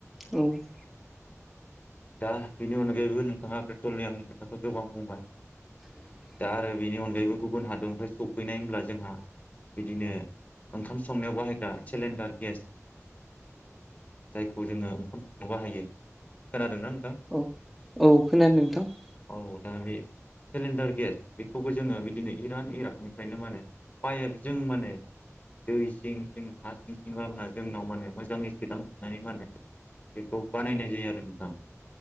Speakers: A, in the centre; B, on the left.
A: औ ।
B: दा बेनि अनगायैबो नोंथाङा पेट्रलियामनि खोथाखौ गोबां बुंबाय ।
A: <inaudible>
B: दा आरो बेनि अनगायैबो गुबुन हादरनिफ्राय सौफैनाय होनब्ला जोंहा बिदिनो ओंखाम संनायाव बाहायग्रा सेलिन्डार गेस । जायखौ जोङो ओंखाम संनायाव बाहायो खोनादोंना नोंथां?
A: औ औ खोनानोदों नोंथां ।
B: औ दा बे सिलिन्डार गेस बेखौबो जोङो बिदिनो इरान इरकनिफ्रायनो माने <unintelligible> जों माने दै सिं सिं हा सिं सिं लाबोनानै जोंनाव माने मोजाङै सोदांफिन्नानै माने बेखौ बानायनाय जायो आरो नोंथां ।